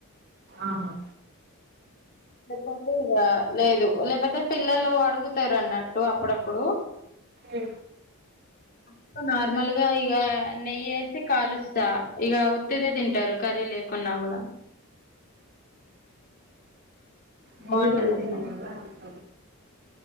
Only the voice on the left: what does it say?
లేకపోతే ఇగ లేదు లేకపోతే పిల్లలు అడుగుతారు అన్నట్టు అప్పుడప్పుడు
అ నార్మల్ గా ఇగ నెయ్యి వేసి కాలుస్తా. ఇక ఉత్తిదే తింటారు కర్రీ లే కున్నా కూడా
బాగుంటది
అట్లా